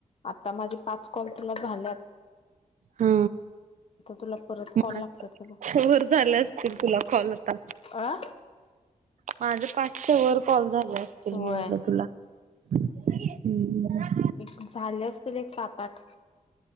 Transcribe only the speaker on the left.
आता माझे पाच कॉल तुला झालेत.
तुला परत
कॉल लागतात का बघ
अ
व्हय
एक झाले असतील एक सात आठ,